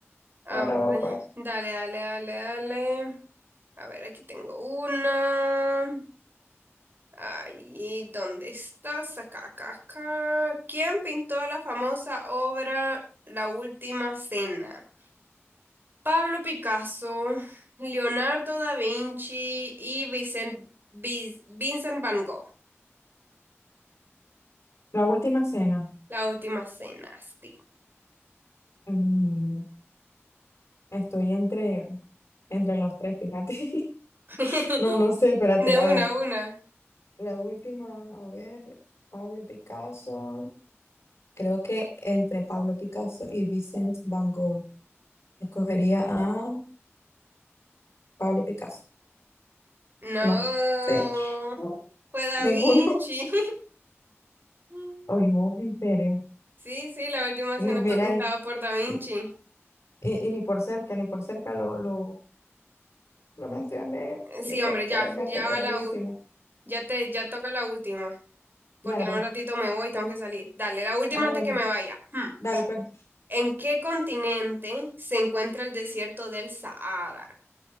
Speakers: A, on the right (about 45°); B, on the left (about 65°).
A: A
B: Ahora
A: ver,
B: vos, pues.
A: dale, dale, dale, dale. A ver, aquí tengo una. Ahí, ¿dónde estás? Acá, acá, acá. ¿Quién pintó la famosa obra La Última Cena? Pablo Picasso, Leonardo da Vinci y Vincent, Vis- Vincent Van Gogh.
B: La última cena.
A: La Última Cena, sí.
B: Mm, estoy entre, entre los tres, fíjate. <laughs>
A: <laughs>
B: No, no sé, espérate,
A: De
B: a
A: una,
B: ver.
A: una.
B: La última, a ver, Pablo Picasso. Creo que entre Pablo Picasso y Vincent Van Gogh. Escogería a Pablo Picasso.
A: No,
B: No, sí, no,
A: fue Da
B: ninguno.
A: Vinci. <laughs>
B: Oye, vos, en serio.
A: Sí, sí, la última
B: Ni,
A: cena
B: mira,
A: fue pintado
B: ni-
A: por Da Vinci.
B: ni- y, y ni por cerca, ni por cerca lo, lo, lo mencioné,
A: Eh, Sí,
B: ni por
A: hombre, ya,
B: cerca,
A: ya
B: estoy perdidísimo.
A: la, u- ya te, ya toca la última, porque
B: Dale, pues.
A: en un ratito me voy y tengo que salir. Dale, la última
B: Ah,
A: antes
B: bueno,
A: que me vaya. Hmm.
B: dale, pues.
A: ¿En qué continente se encuentra el desierto del Sahara?